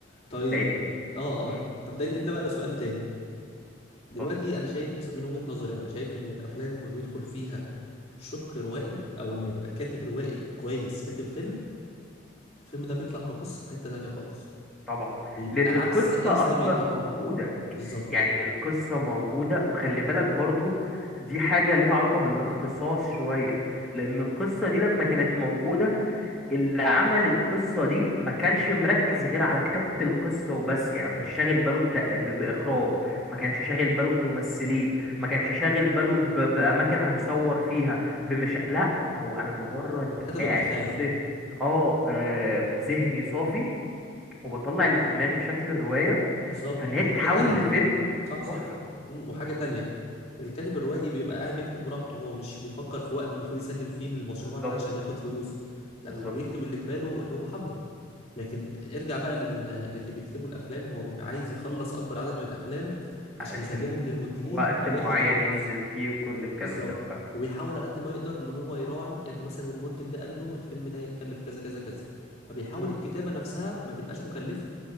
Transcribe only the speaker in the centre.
لان
مم،
اتفضل
طبعا
لان القصة
اصلا
موجودة
يعني القصة موجودة وخلي بالك برضو دي حاجة ليها علاقة بالاختصاص شوية لان القصة دي لما كانت موجودة اللي عمل القصة دي ما كانش مركز غير على كتابة القصة وبس يعني ما كانش شاغل باله بتا... ب... بإخراج ما كانش شاغل باله بممثلين ما كانش شاغل باله ب... بأماكن هيصور فيها بمش لا هو أنا مجرد
قاعد
صه اه آه، ذهني صافي وبطلع اللي في دماغي في شكل الرواية
فإن هي
تتحول
لفيلم
تحفة
بالظبط
بالظبط
علشان
وقت
معين
ينزل فيه وكل الكلام
ده فاهم
مم.